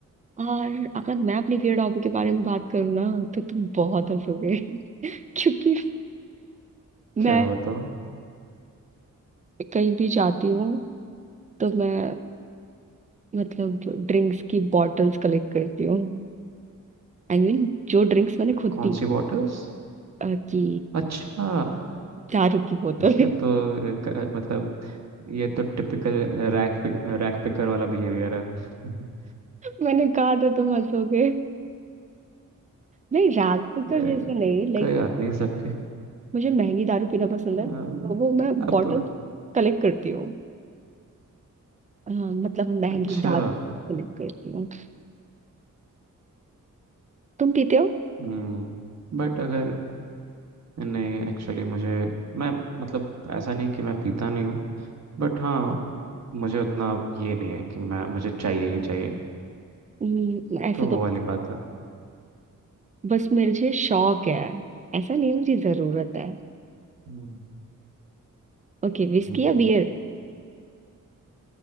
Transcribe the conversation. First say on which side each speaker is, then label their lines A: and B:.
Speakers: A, on the right; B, on the right.
A: और अगर मैं अपनी वियर्ड हॉबी के बारे में बात करूँ ना तो तुम बहुत हंसोगे <laughs> क्योंकि मैं
B: क्या बताओ
A: कहीं भी जाती हूँ तो मैं मतलब ड्रिंक्स की बॉटल्स कलेक्ट करती हूँ आई I मीन mean, जो ड्रिंक्स मैंने खुद
B: कौन
A: पी
B: सी बॉटल्स
A: अ, कि
B: अच्छा
A: दारू की बोतल <laughs>
B: ये तो अ, क- मतलब ये तो टिपिकल रैक पिक, रैक पिकर वाला बिहेवियर है <laughs>
A: मैंने कहा था तुम हंसोगे नहीं रात तो
B: अरे
A: जैसे नहीं लाइक
B: कोई बात नहीं सबके
A: मुझे महंगी दारू पीना पसंद
B: अ,
A: है तो वो मैं
B: अप
A: बॉटल कलेक्ट करती हूँ अ, मतलब महंगी
B: अच्छा
A: दारू कलेक्ट करती हूँ तुम पीते हो
B: हम्म बट अगर नहीं एक्चुअली मुझे मैं मतलब ऐसा नहीं कि मैं पीता नहीं हूँ बट हाँ मुझे उतना ये नहीं है कि मैं मुझे चाहिए ही चाहिए
A: हम्म, ऐसा
B: तो
A: तो
B: वो वाली बात है
A: बस मुझे शौक है ऐसा नहीं मुझे जरूरत है
B: हम्म,
A: ओके विस्की
B: हम्म।
A: या बियर